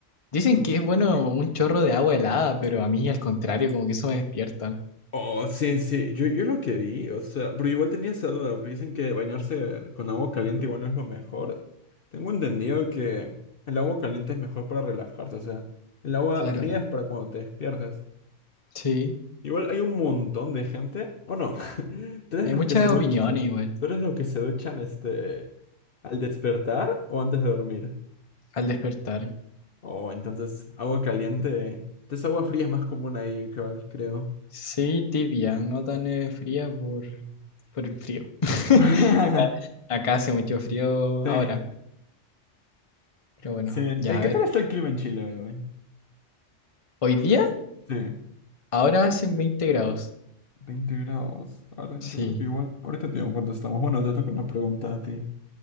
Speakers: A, on the left (about 30°); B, on the left (about 50°).
A: Dicen
B: Entonces.
A: que es bueno un chorro de agua helada, pero a mí al contrario, como que eso me despierta.
B: Oh, sí, sí. Yo, yo lo que vi, o sea, pero igual tenía esa duda, porque dicen que bañarse con agua caliente igual no es lo mejor. Tengo entendido que el agua caliente es mejor para relajarse, o sea, el agua
A: Claro,
B: fría es para cuando te despiertas.
A: sí.
B: Igual hay un montón de gente, o no, <laughs> tú eres
A: Hay
B: los
A: muchas
B: que se duchan,
A: opiniones igual
B: tú eres los que se duchan este ¿Al despertar o antes de dormir?
A: al despertar.
B: Oh, entonces agua caliente. Entonces agua fría es más común ahí, cabal, creo.
A: Sí, tibia, no tan eh, fría por, por el frío. <laughs>
B: <laughs>
A: Acá, acá hace mucho frío
B: Sí,
A: ahora, pero bueno,
B: sí.
A: ya
B: Eh, ¿Qué
A: a ver.
B: tal está el clima en Chile hoy, hoy?
A: Hoy día,
B: Sí,
A: ahora hacen 20 grados.
B: 20 grados. Ahora,
A: Sí,
B: yo creo que igual. Ahorita te digo cuánto estamos. Bueno, te toca una pregunta a ti.